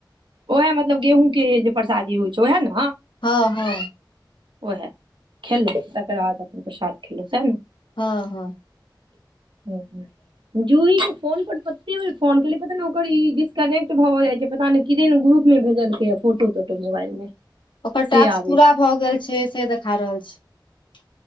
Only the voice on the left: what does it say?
हँ हँ
हँ हँ
ओकर
टास्क
पूरा
भऽ गेल छै से देखा रहल छै